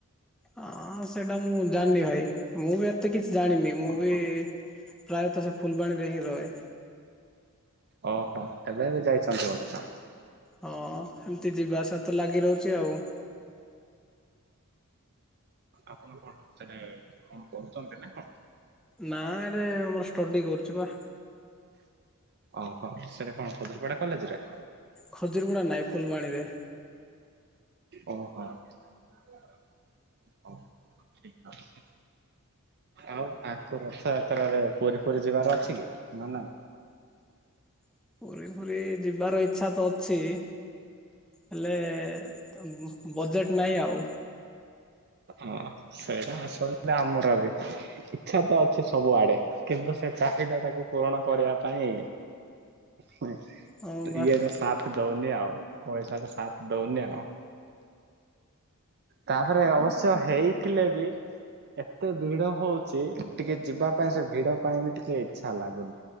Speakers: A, in the centre; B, on the right.
A: ହଁ ସେଇଟା ମୁଁ ଜାଣିନି ଭାଇ ମୁଁ ବି ଏତେ କିଛି ଜାଣିନି ମୁଁ
B: ଓହୋ
A: ବି ପ୍ରାୟତଃ ସେ ଫୁଲବାଣୀରେ ହିଁ ରହେ।
B: ଓହୋ ଏବେ ଏବେ ଯାଇଛନ୍ତି ବୋଧ ତାହେଲେ
A: ହଁ ଏମିତି ଯିବା ଆସିବା ତ ଲାଗି ରହୁଛି ଆଉ।
B: ଆପଣ କଣ କଣ କରୁଛନ୍ତି ନା କଣ?
A: ନା ଏରେ ଆମର ଷ୍ଟଡି କରୁଛି ପା।
B: ଓହୋ ସେଇଟା କଣ ଖଦ୍ରପଡା କଲେଜରେ?
A: ଖଜୁରୀ ଗୁଡା ନାଇଁ ଫୁଲବାଣୀରେ।
B: ଓ ହୋ ହୋଉ ଠିକ୍ ଅଛି। ଆଉ ଆଙ୍କର ରଥଯାତ୍ରାରେ ପୁରୀ ଫୁରୀ ଯିବାର ଅଛି କି ନା ନାଇଁ?
A: <inaudible> ପୁରୀ ଫୁରୀ ଯିବାର ଇଚ୍ଛା ତ ଅଛି। ହେଲେ ତ ବଜେଟ୍ ନାହିଁ ଆଉ।
B: ହଁ ସେଇଟା ଆସା ଆମର ବି ଇଚ୍ଛା ତ ଅଛି ସବୁଆଡେ। କିନ୍ତୁ ସେ ଚାହିଦା ଟାକୁ ପୂରଣ କରିବା ପାଇଁ ହୁଁ
A: ହଁ ବା
B: ଇଆଡେ ସାଥ ଦ ଆଉ ପଇସା ସାଥ ଦଉନି ଆଉ ତାପରେ ଅବ ହେଇଥିଲେ ବି ଏତେ ଭିଡ ହଉଛି ଟିକେ ଯିବା ପାଇଁ ସେ ଭିଡ ପାଇଁ ବି ଟିକେ ଇଚ୍ଛା ଲାଗୁନି।